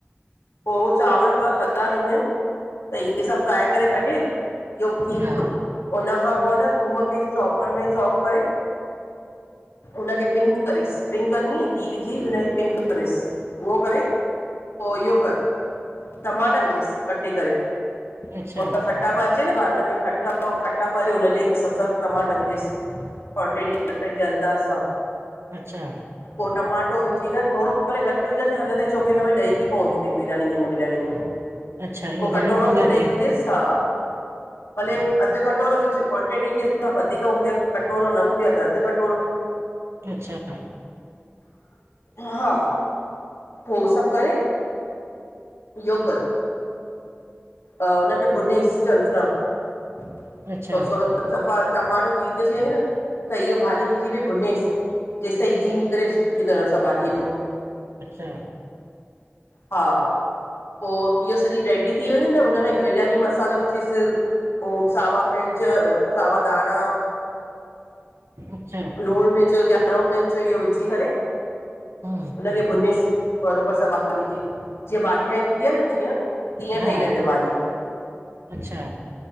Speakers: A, on the left; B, on the right.
A: पो उ चांवर थोड़ा थधा थींदा आहिन, त हे सब फ्राए करे कढे, इयो थी वियो।
B: हा
A: हुनन खां पो न थूम खे चॉपर में चॉप करे हुनखे पिंक करिस, पिंक कंदीअ घी विझी हुनखे पिंक करिस, उहो करे पो इयो कर, टमाटा विझिस कटे करे,
B: अच्छा
A: पो त खट खटा प अचे न हुन में खटा- खटाप अचे हुन जे हिसाब सां टमाटा विझेसि। क्वांटिटी पंहिंजे अंदाज़ सां।
B: अच्छा।
A: पो टमाटो विझी करे थोड़ो भले घट विझंदिअ हंलदे छोकि् हिन में ड्हि बि पवंदी थई बिरयानी में, हिन बिरयानी में।
B: अच्छा ईअं
A: पो
B: घणी
A: कटोरो
B: पवंदी
A: खन
B: आहे ॾही
A: ॾई विझेस, हा। भले अध कटोरो विझ, क्वांटिटी जेसां वधीक हूंदी आ कटोरो न हूंजे आं त अध कटोरो
B: अच्छा।
A: हा, पो हू सब करे इयो कर अ हुन खे भुंञिस चंग त्रां, त
B: अच्छा
A: ओ सो सफ़ा टमाटो चीथजी वंञे न, त इअ भाॼी विझी बि भुंञेस। जेस ताईं घी निकरेस सुठी तरह सां भाॼीअ जो।
B: अच्छा।
A: हा, पो इअ सॼी रेडी थी वंञे न, हुन में बिरयानी मसालो विझिस। पो सावा मिर्च, सावा धाणा
B: अच्छा।
A: लूण मिर्च, गा्ढो मिर्च इयो विझी करें हुनखे
B: हम्म
A: भुंञेस, बरोबर सां भाॼी खे, जीअं भाॼी ठाहिदी आ न जीअं, तीअं
B: हा
A: ठाइंदा आहिन इअ भाॼी।
B: अच्छा।